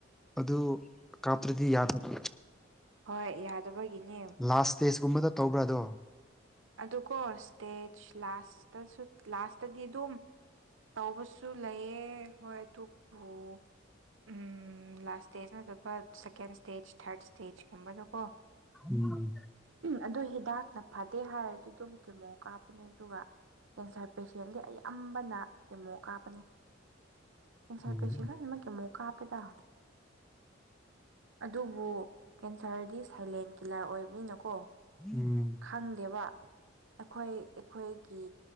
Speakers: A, in the centre; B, on the right.
A: ꯑꯗꯨ ꯀꯥꯞꯇ꯭ꯔꯗꯤ ꯌꯥꯗꯕ꯭ꯔ
B: ꯍꯣꯏ ꯌꯥꯗꯕꯒꯤꯅꯦ
A: ꯂꯥꯁ ꯁ꯭ꯇꯦꯖꯀꯨꯝꯕꯗ ꯇꯧꯕ꯭ꯔꯥ ꯑꯗꯣ
B: ꯑꯗꯨ ꯀꯣ ꯁ꯭ꯇꯦꯖ ꯂꯥꯁꯇꯁꯨ ꯂꯥꯁꯇꯗꯤ ꯑꯗꯨꯝ ꯇꯧꯕꯁꯨ ꯂꯩꯌꯦ ꯍꯣꯏ ꯑꯗꯨꯕꯨ ꯎꯝ ꯂꯥꯁ ꯁ꯭ꯇꯦꯖ ꯅꯠꯇꯕ ꯁꯦꯀꯦꯟ ꯁ꯭ꯇꯦꯖ ꯊꯥꯔꯠ ꯁ꯭ꯇꯦꯖꯀꯨꯝꯕꯗꯣ ꯑꯣ
A: ꯎꯝ
B: ꯑꯗꯣ ꯍꯤꯗꯥꯛꯅ ꯐꯠ ꯇꯦ ꯍꯥꯏꯔꯗꯤ ꯑꯗꯨꯝ ꯀꯦꯃꯣ ꯀꯥꯞꯄꯅꯦ ꯑꯗꯨꯒ ꯀꯦꯟꯁꯔ ꯄꯦꯁꯦꯟꯗꯤ ꯑꯌꯥꯝꯕꯅ ꯀꯦꯃꯣ ꯀꯥꯞꯄꯅꯦ ꯀꯦꯟꯁꯔꯄꯦꯁꯦꯟ
A: ꯎꯝ
B: ꯂꯣꯏꯅꯃꯛ ꯀꯦꯃꯣ ꯀꯞꯄꯦꯗ ꯑꯗꯨꯕꯨ ꯀꯦꯟꯁꯔꯗꯤ ꯁꯥꯏꯂꯦꯟ ꯀꯤꯂꯔ ꯑꯣꯏꯕꯅꯤꯅꯀꯣ
A: ꯎꯝ
B: ꯈꯪ ꯗꯦꯕ ꯑꯩꯈꯣꯏ ꯑꯩꯈꯣꯏꯒꯤ